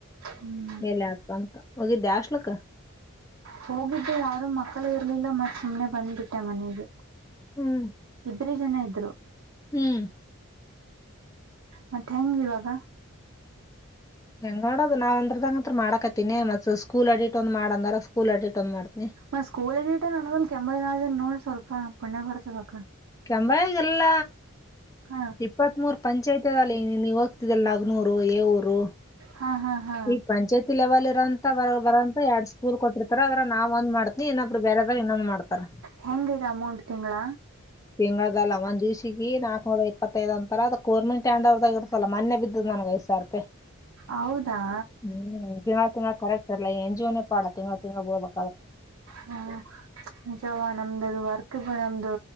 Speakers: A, on the right; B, on the left.
A: ಹ್ಮ್
B: ಮೇಲೆ ಅದ ಬಂತ ಹೋಗಿದ್ಯಾ ಹಾಸ್ಟೆಲಕ್ಕ
A: ಹೋಗಿದ್ದೆ ಯಾರು ಮಕ್ಕಳ ಇರ್ಲಿಲ್ಲ ಮತ್ ಸುಮ್ನೆ ಬಂದ್ಬಿಟ್ಟೆ ಮನೆಗೆ
B: ಹ್ಮ್
A: ಇ ಜನ ಇದ್ರು
B: ಹ್ಮ್
A: ಮತ್ತ ಹೆಂಗ ಇವಾಗ
B: ಹೆಂಗ ಆಡದು ನಾವ್ ವಂಡರ್ದಾಗ ಅಂತ್ರು ಮಾಡಕತ್ತೀಿನಿ ಮತ್ ಸ್ಕೂಲ್ ಅಡಿಟ್ ಒಂದ್ ಮಾಡ ಅಂದಾರ ಸ್ಕೂಲ್ ಅಡಿಟ್ ಒಂದ್ ಮಾಡ್ತೀನಿ
A: ಮತ್ತ ಸ್ಕೂಲ್ ಆಡಿಟ್ ನನಗೊಂದು ಕೆಮ್ಮ ಅದೇನ್ ನೋಡ ಸ್ವಲ್ಪ ಪಣ್ಣ್ಯ ಬರ್ತದ ಅಕ್ಕಾ
B: ನಂಬಯ ಗಿಲ್ಲ
A: ಹಾ
B: ಇಪ್ಪತ್ತ್ ಮೂರ್ ಪಂಚಾಯತಿದಲ್ಲಿ ನೀ ನೀವು್ ದೆಲ್ಲಗ್ನೂರು ಏ ಊರು
A: ಹಾ ಹಾ ಹಾ
B: ಈ ಪಂಚಾಯತಿ ಲೆವೆಲ್ ಇರುವಂತಹ ಬರಂತ ಎರಡ್ ಸ್ಕೂಲ್ ಕೊಟ್ಟಿರ್ತಾರ ಅದ್ರ ನಾವ್ ಒಂದ್ ಮಾಡ್ತ ದೀ ಇನ್ನೊಬ್ರ ಬ್ಯಾರೆದವರು ಇನ್ನೊಂದ ಮಾಡ್ತಾರ
A: ಹೆಂಗ ಇದ ಅಮೌಂಟ್ ತಿಂಗಳಾ
B: ತಿಂಗಳದಲ್ಲ ಒಂದ್ ದಿವಸಿಗಿ ನಾಕಕ್ನೂರ ಇಪ್ಪತ್ತೈದ್ ಅಂತರ ಅದಕ್ ಕೋರ್ಮಿಟ್ಟ್ಯಾಂಡದಾಗ ಇರ್ತಲ್ಲ ಮನ್ನೆ ಬಿದ್ದಿದ್ ನಂಗ ಐದ ಸಾವಿರ ರೂಪಾಯಿ
A: ಹೌದಾ
B: ಹ್ಮ್ ತಿಂಗಳ ತಿಂಗಳ ಕರೆಕ್ಟರ್ಲ್ಲ ಎನ್‌ಜಿಓ ಪಡ ತಿಂಗಳ ತಿಂಗಳ ಬೀಳ್ಬೇಕಾದ್ರ
A: ಹ್ಮಂ ಜವಾ ನಮ್ದ ಅದು ವರ್ಕ್ ನಮ್ದು